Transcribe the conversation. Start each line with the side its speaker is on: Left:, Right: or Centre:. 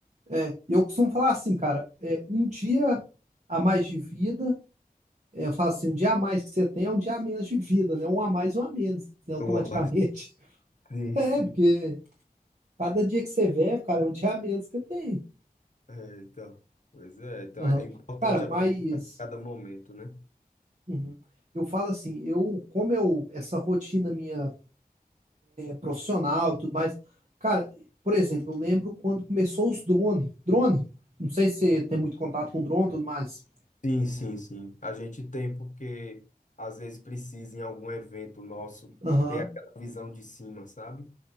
Right: É. E eu costumo falar assim, cara, é um dia a mais de vida, é, eu falo assim, um dia a mais que você tem é um dia a menos de vida, né? Um a mais, um a menos, né? Automaticamente.
Left: Eu amo
Right: <laughs>
Left: esse.
Right: É, porque cada dia que você vê cara, é um dia a menos que você tem.
Left: É, então, pois é. Então,
Right: Aham.
Left: é importante
Right: Cara, mas
Left: aproveitar cada momento, né?
Right: uhum. Eu falo assim, eu, como eu, essa rotina minha. profissional e tudo mais. Cara, por exemplo, eu lembro quando começou os drone. Drone, não sei se você tem muito contato com drone e tudo mais.
Left: Sim, sim, sim. A gente tem porque, às vezes, precisa em algum evento nosso
Right: Aham.
Left: ter aquela visão de cima, sabe?